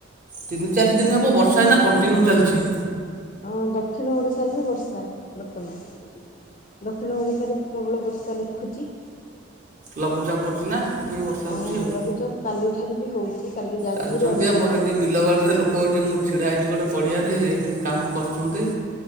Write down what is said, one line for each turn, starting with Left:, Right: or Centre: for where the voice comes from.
Right: ତିନି ଚାରି ଦିନି ହବ ବର୍ଷାଏଇନା କଣ୍ଟିନିୟୁ ଚାଲିଚି।
Left: ଆମ ଦକ୍ଷିଣ ଓଡ଼ିଶାରେ ବି ବର୍ଷା ବର୍ତ୍ତମାନ। ଦକ୍ଷିଣ ଓଡ଼ିଶାରେ ବି ପ୍ରବଳ ବର୍ଷା ଲେଖୁଚି।
Right: ଲଘୁଚାପ୍‌ ପରଚିନା। ସେଥିପାଇ ବର୍ଷା
Left: ହଁ
Right: ହଉଚି ଆଉ
Left: ଲଘୁଚାପ କାଲିଠାରୁ ବି ହେଉଛି କାଲି ଯାଜପୁର
Right: ଚାଲିଛନ୍ତି
Left: ଆଡ଼େ ହେଇଥିଲା
Right: ଆମର ଏଟି ବିଲବାଡ଼ରେ ଲୋ କୋଉଟି ମୁଁ ଛିଡ଼ା ହେଇଚି ଗୋଟେ ପଡ଼ିଆରେ କାମ କରୁଚନ୍ତି।